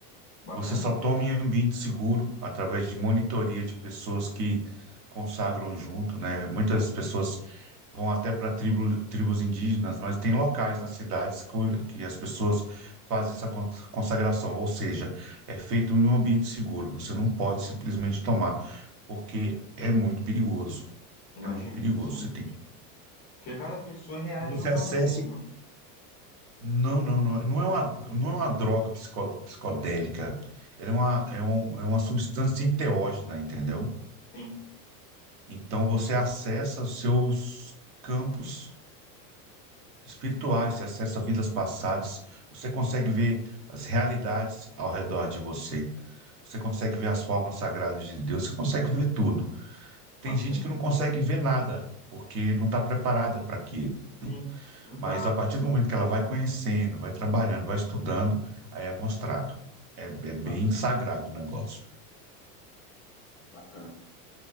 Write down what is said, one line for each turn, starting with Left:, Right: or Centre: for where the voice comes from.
Left: Bacana.
Right: você só toma em ambiente seguro através de monitoria de pessoas que consagram junto, né? Muitas pessoas vão até para tribo, tribos indígenas, mas tem locais nas cidades co- que as pessoas fazem essa con- consagração, ou seja, é feito em um ambiente seguro. Você não pode simplesmente tomar, porque é muito perigoso.
Left: Imagino.
Right: É muito perigoso.
Left: Sim.
Right: Você tem que
Left: Porque cada pessoa reage
Right: você
Left: de uma
Right: acessa
Left: maneira, né?
Right: não, não, não. é- Não é uma, não é uma droga psico- psicodélica. Ele é uma, é um, é uma substância enteógena, entendeu?
Left: Sim.
Right: Então você acessa os seus campos espirituais, você acessa vidas passadas, você consegue ver as realidades ao redor de você, você consegue ver as formas sagradas de Deus, você consegue ver tudo. Tem
Left: Bacana.
Right: gente que não consegue ver nada, porque não está preparada para aquilo.
Left: Sim, não
Right: Mas
Left: tá.
Right: a partir do momento que ela vai conhecendo, vai trabalhando, vai estudando, aí é mostrado. É, é bem
Left: Bacana,
Right: sagrado o negócio.
Left: bacana.